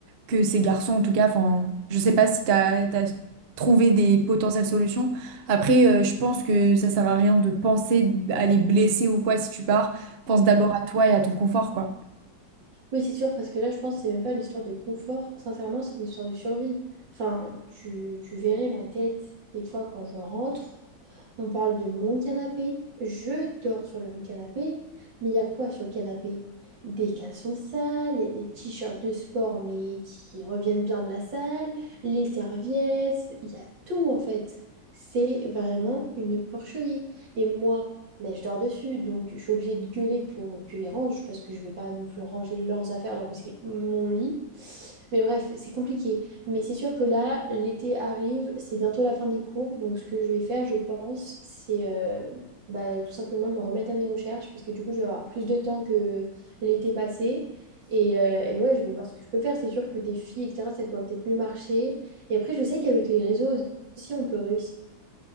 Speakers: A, on the right; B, on the right.
A: que ces garçons en tout cas, enfin je sais pas si t'as, t'as trouvé des potentielles solutions. Après euh, je pense que ça sert à rien de penser à les blesser ou quoi si tu pars, pense d'abord à toi et à ton confort quoi.
B: Oui, c'est sûr, parce que là, je pense que c'est même pas une histoire de confort. Sincèrement, c'est une histoire de survie. Enfin, tu, tu verrais ma tête des fois quand je rentre. On parle de mon canapé. Je dors sur le canapé. Mais il y a quoi sur le canapé? Des caleçons sales, il y a des t-shirts de sport mais qui reviennent bien de la salle, les serviettes, il y a tout en fait. C'est vraiment une porcherie. Et moi, mais je dors dessus, donc je suis obligée de gueuler pour qu'ils rangent parce que je vais pas non plus ranger leurs affaires alors que c'est mon lit. Mais bref, c'est compliqué. Mais c'est sûr que là, l'été arrive, c'est bientôt la fin des cours. Donc, ce que je vais faire, je pense, c'est euh, bah, tout simplement me remettre à mes recherches parce que du coup, je vais avoir plus de temps que l'été passé. Et, euh, et ouais, je vais voir ce que je peux faire. C'est sûr que des filles, etc., ça pourrait peut-être mieux marcher. Et après, je sais qu'avec les réseaux aussi, on peut réussir